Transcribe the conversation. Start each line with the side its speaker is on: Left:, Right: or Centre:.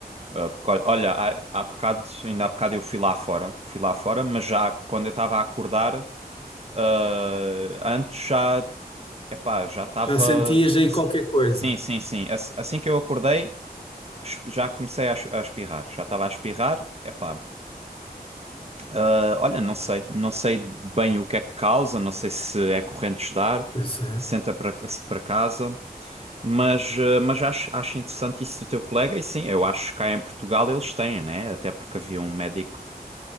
Right: ah, porque olha, olha, há, há bocado, ainda há bocado eu fui lá fora, fui lá fora, mas já quando eu estava a acordar. Ah, antes já, epá, já estava.
Left: já sentias aí qualquer coisa?
Right: Sim, sim, sim. Ass- Assim que eu acordei, es- já comecei a es- a espirrar. Já estava a espirrar, epá. Ah, olha, não sei. Não sei bem o que é que causa, não sei se é corrente de ar,
Left: Pois é.
Right: senta para para casa. Mas, ah, mas acho, acho interessante isso do teu colega, e sim, eu acho que cá em Portugal eles têm, né? Até porque havia um médico.